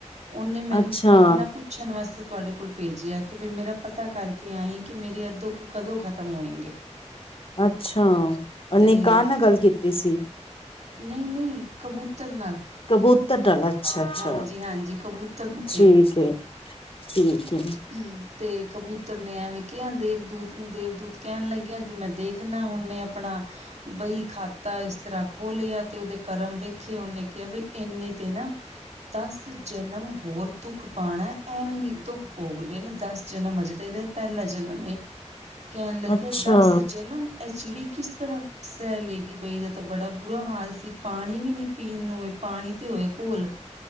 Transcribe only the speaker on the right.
ਉਹਨੇ ਮੈਨੂੰ
ਆਪਣਾ ਪੁੱਛਣ ਵਾਸਤੇ ਤੁਹਾਡੇ ਕੋਲ ਭੇਜਿਆ ਕਿ ਵੀ ਮੇਰਾ ਪਤਾ ਕਰਕੇ ਆਈ ਕਿ ਮੇਰੀ ਅ ਦੁੱਖ ਕਦੋਂ ਖਤਮ ਹੋਏਗੇ
ਅਤੇ
ਨਹੀਂ ਨਹੀਂ ਕਬੂਤਰ ਨਾਲ
ਹਾਂਜੀ ਹਾਂਜੀ ਕਬੂਤਰ ਨੂੰ
ਹਮ ਤੇ ਕਬੂਤਰ ਨੇ ਐਵੇਂ ਕਿਹਾ ਦੇਵਦੂਤ ਨੂੰ ਦੇਵਦੂਤ ਕਹਿਣ ਲੱਗਿਆ ਜ ਮੈਂ ਦੇਖਣਾ ਉਹਨੇ ਆਪਣਾ ਬਈ ਖਾਤਾ ਇਸ ਤਰ੍ਹਾਂ ਖੋਲਿਆ ਤੇ ਉਹਦੇ ਕਰਮ ਵੇਖਿਆ ਉਹਨੇ ਕਿਹਾ ਬ ਇੰਨੇ ਤੇ ਨਾ ਦਸ ਜਨਮ ਹੋਰ ਦੁੱਖ ਪਾਉਣਾ ਐਵੇਂ ਹੀ ਦੁੱਖ ਭੋਗਦੇ ਨੇ ਦਸ ਜਨਮ ਅਜੇ ਅਤੇ ਇਹਦਾ ਪਹਿਲਾ ਜਨਮ ਇਹ ਕਹਿਣ ਲੱਗਿਆ
ਦਸ ਜਨਮ ਇਹ ਚਿੜੀ ਕਿਸ ਤਰ੍ਹਾਂ ਸੈਹ ਲੇਗੀ ਬਈ ਏਦਾ ਤਾਂ ਬੜਾ ਬੁਰਾ ਹਾਲ ਸੀ ਪਾਣੀ ਵੀ ਨਹੀਂ ਪੀਣ ਨੂੰ ਪਾਣੀ ਤੇ ਹੋਏ ਘੋਲ,